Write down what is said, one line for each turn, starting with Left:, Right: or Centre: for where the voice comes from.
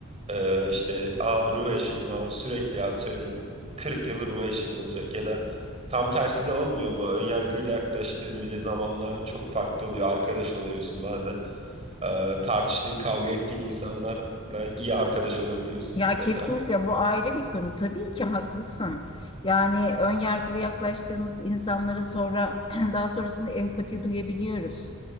Right: Ee, işte a ruh eşim a sürekli atıyorum 40 yılı ruh eşim olacak ya da tam tersi de olmuyor mu? Önyargıyla yaklaştığın biri zamanla çok farklı oluyor. Arkadaş oluyorsun bazen. Ee, tartıştığın, kavga ettiğin insanlarla iyi arkadaş olabiliyorsun
Left: Ya
Right: vesaire.
Left: kesinlikle bu ayrı bir konu. Tabii ki haklısın. Yani ön yargılı yaklaştığımız insanlara sonra <clears throat> daha sonrasında empati duyabiliyoruz.